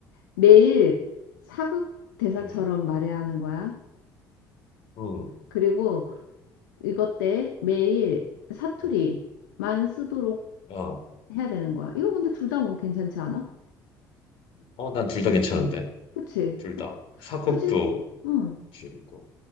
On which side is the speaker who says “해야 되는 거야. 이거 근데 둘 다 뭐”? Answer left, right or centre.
Left